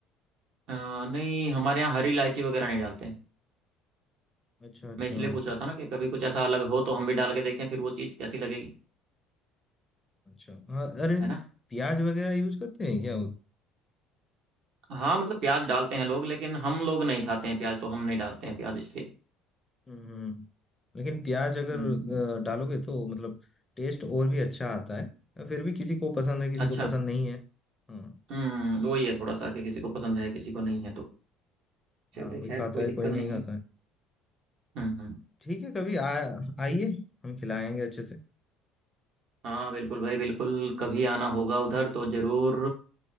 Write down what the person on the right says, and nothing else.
अ, नहीं हमारे यहाँ हरी इलायची वगैरह नहीं डालते हैं
मैं इसलिए पूछ रहा था ना कि कभी कुछ ऐसा अलग हो तो हम भी डाल के देखें फिर वो चीज़ कैसी लगेगी
है ना
हाँ मतलब प्याज डालते हैं लोग लेकिन हम लोग नहीं खाते हैं प्याज तो हम नहीं डालते हैं प्याज इसलिए
हम्म,
अच्छा
हम्म वही है थोड़ा सा कि किसी को पसंद है किसी को नहीं है तो चलो
खैर
कोई
दिक्कत
नहीं
है
हम्म हम्म
हाँ बिल्कुल भाई बिल्कुल कभी आना होगा उधर तो ज़रूर